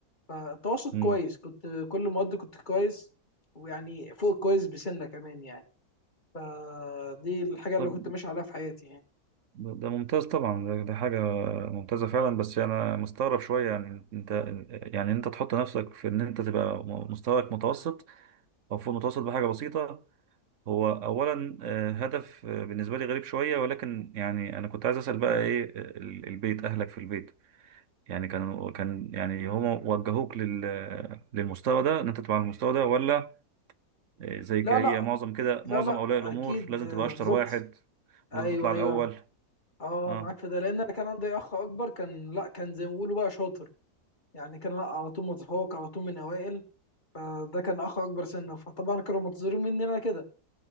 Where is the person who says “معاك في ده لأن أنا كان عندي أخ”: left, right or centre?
Left